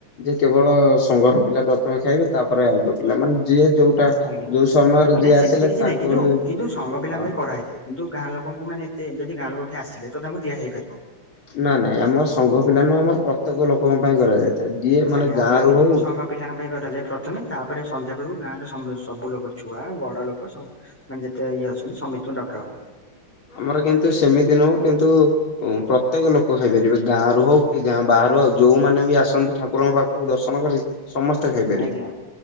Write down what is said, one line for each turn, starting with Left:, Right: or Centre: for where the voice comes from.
Left: ଯେ କେବଳ ସଙ୍ଘର ପିଲା ପ୍ରଥମେ ଖାଇବେ ତାପରେ ଆଉ ଯଉ ପିଲା ମାନେ। ଯିଏ ଯୋଉଟା
Centre: ଆଜ୍ଞା
Left: ଯୋଉ ସମୟରେ
Centre: ନାଇଁ
Left: ଯିଏ
Centre: ସେମିତି
Left: ଆସିଲେ
Centre: କିଛି
Left: ତାକୁ
Centre: ନାହିଁ କିନ୍ତୁ
Left: ହିଁ
Centre: କିନ୍ତୁ ସଙ୍ଘ ପିଲାଙ୍କ
Left: ହଁ
Centre: ପାଇଁ କରାହେଇଥାଏ। ଯୋଉ ଗାଁ ଲୋକଙ୍କୁ ମାନେ ଏତେ ଯଦି ଗାଁ ଲୋକ କିଏ ଆସିଲେ ତ ତାଙ୍କୁ ଦିଆ ହେଇପାରିବ।
Left: ନା ନାଇଁ ଆମର ସଂଘ ପିଲା ନୁହ ଆମର ପ୍ରତ୍ୟେକ ଲୋକଙ୍କ ପାଇଁ କରାଯାଇଥାଏ ଯିଏ
Centre: ଆଜ୍ଞା
Left: ମାନେ ଗାଁ
Centre: ଆମର
Left: ରୁ
Centre: କିନ୍ତୁ
Left: ହଉ।
Centre: ସଂଘ ପିଲାଙ୍କ ପାଇଁ <unintelligible> ପ୍ରଥମେ ତାପରେ ସନ୍ଧ୍ୟା ବେଳକୁ ଗାଁର ସମ୍ବେ ସବୁ ଲୋକ ଛୁଆ ବଡ ଲୋକ ସବ୍ ମାନେ ଯେତେ ଇଏ ଅଛନ୍ତି <unintelligible> ଡକା ହବ।
Left: ଆମର କିନ୍ତୁ ସେମିତି ନୁହଁ କିନ୍ତୁ ଉଁ ପ୍ରତ୍ୟେକ ଲୋକ ଖାଇପାରିବେ ଗାଁ ରୁ ହଉ କି ଗାଁ ବାହାରୁ ଆଉ ଯଉମାନେ ବି ଆସନ୍ତି ଠାକୁରଙ୍କ ପାଖକୁ ଦର୍ଶନ କରି ସମସ୍ତେ ଖାଇପାରିବେ
Centre: ଆଜ୍ଞା